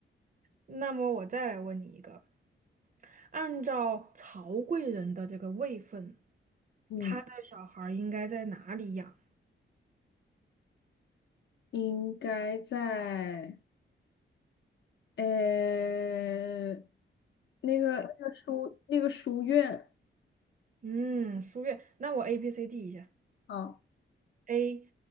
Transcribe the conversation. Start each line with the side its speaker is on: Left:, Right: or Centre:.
Right: 那么我再来问你一个，按照曹贵人的这个位分，
Left: 嗯，
Right: 他的小孩儿应该在哪里养？
Left: 应该在呃那个那个书那个书院
Right: 嗯，书院。那我 A B C D 一下
Left: 啊，
Right: ：A